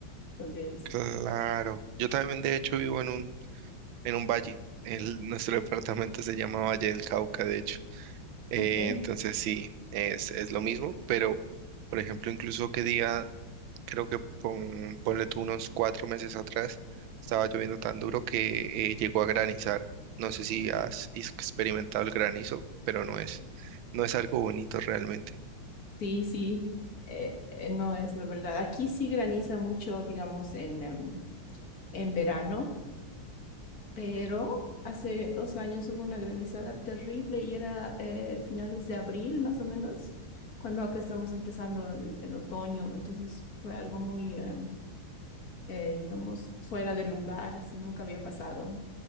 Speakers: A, on the left (about 45°); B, on the right (about 75°).
A: podría decir.
B: Claro. Yo también, de hecho, vivo en un en un valle. El- nuestro departamento se llama Valle del Cauca, de hecho. Eh,
A: Ok,
B: entonces sí, es, es lo mismo, pero por ejemplo, incluso que día, creo que pon- ponle tú unos cuatro meses atrás, estaba lloviendo tan duro que eh, llegó a granizar. No sé si has experimentado el granizo, pero no es, no es algo bonito realmente.
A: sí, sí, eh, eh, no es la verdad. Aquí sí graniza mucho, digamos, en, em, en verano. Pero hace dos años hubo una granizada terrible y era eh, finales de abril más o menos, cuando acá estamos empezando el, el otoño. Entonces fue algo muy, eh, eh, digamos, fuera de lugar, así nunca había pasado.